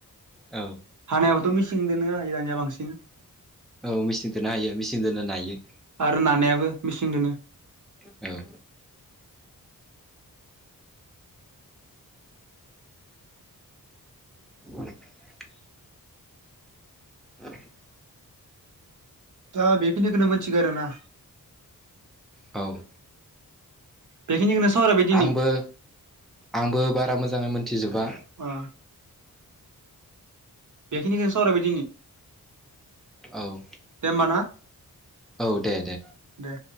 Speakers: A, in the centre; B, on the right (about 55°).
A: औ
B: हानायाबोथ' मिसिं दोनो हायो दानिया बांसिन।
A: औ मेसिन दोनो हायो मेचिन दोनो नायो।
B: आरो नानायाबो मिसिंजोंनो।
A: औ। <inaudible> ओ
B: दा बेखिनिखौनो मोनथिगौ आरोना।
A: औ
B: बेखिनिखोनो सावरायबाय। दिनै
A: आंबो आंबो बारा मोजाङै मोनथिजोबा।
B: अ बेखिनिखौनो सावरायबाय दिनै।
A: औ
B: दे होमबा ना
A: औ दे दे
B: दे